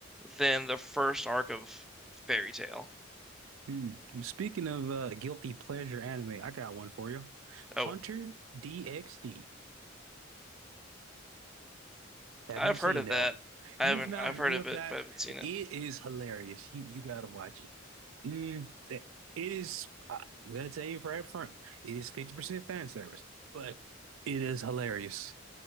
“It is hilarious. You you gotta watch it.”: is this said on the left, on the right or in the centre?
Right